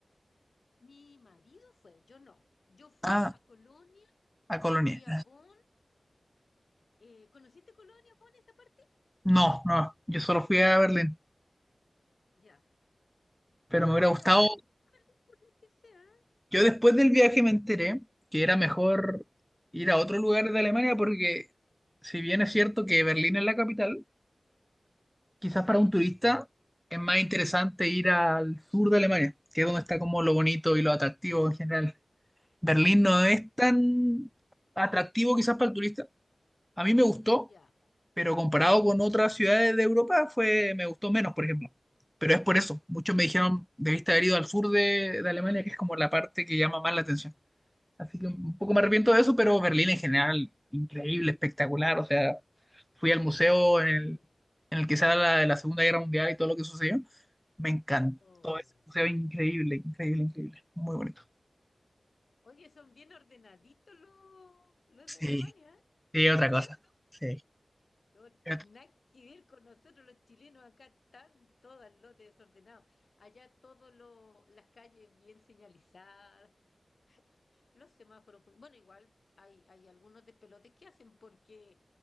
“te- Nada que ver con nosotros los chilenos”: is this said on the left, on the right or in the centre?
Left